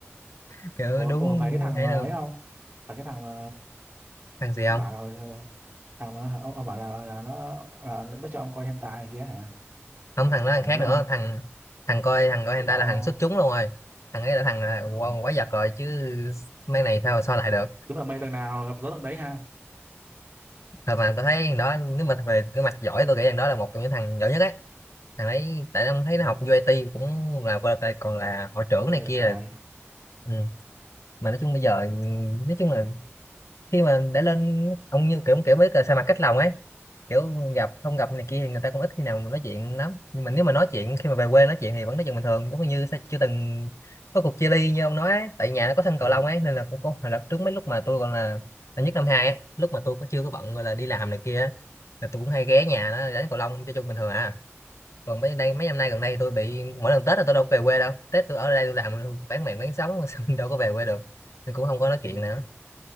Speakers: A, on the left (about 85°); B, on the right (about 50°).
A: <laughs> kiểu
B: ủa,
A: đúng
B: ủa phải cái thằng
A: ấy
B: mà
A: đâu
B: ấy không phải cái thằng mà
A: thằng gì
B: nó
A: không
B: bảo là hồi- thằng mà ông, ông bảo là là nó là nó cho ông coi hentai này kia hả
A: không thằng đó thằng
B: Bạn
A: khác
B: làm ấy
A: nữa
B: không?
A: thằng thằng coi thằng coi
B: Tôi
A: hentai
B: bảo
A: là
B: đâu.
A: thằng xuất chúng luôn rồi thằng ấy là thằng là
B: Ừ.
A: quá, quá giật rồi chứ mấy này sao sao lại được
B: Đúng là mây tầng nào gặp gió tầng đấy ha.
A: Thật mà tôi thấy thằng đó nếu mà về cái mặt giỏi tôi nghĩ thằng đó là một trong những thằng giỏi nhất ấy thằng ấy tại ông thấy
B: Ừ.
A: nó học UIT cũng là qua đây còn là hội trưởng
B: Ghê
A: này
B: vậy
A: kia
B: trời.
A: là- ừ. mà nói chung bây giờ nói chung là khi mà đã lên ông như kiểu kiểu mới là sa mặt cách lòng ấy kiểu gặp không gặp này kia thì người ta cũng ít khi nào mà nói chuyện lắm nhưng mà nếu mà nói chuyện khi mà về quê nói chuyện thì vẫn nói chuyện bình thường giống như sẽ chưa từng có cuộc chia ly như ông nói ấy. tại nhà nó có sân
B: Ờ.
A: cầu lông ấy nên là cũng có hồi là trước mấy lúc mà tôi còn là năm nhất năm hai ấy, lúc mà tôi có chưa có bận gọi là đi làm này kia á, là tôi cũng hay ghé nhà nó đánh cầu lông cho chung bình thường à còn mấy đây mấy năm nay gần đây tôi bị mỗi lần Tết là tôi đâu có về quê đâu Tết tôi ở đây tôi làm bán mạng bán sống <laughs> xong đâu có về quê được nên cũng không có nói chuyện
B: Ừ.
A: nữa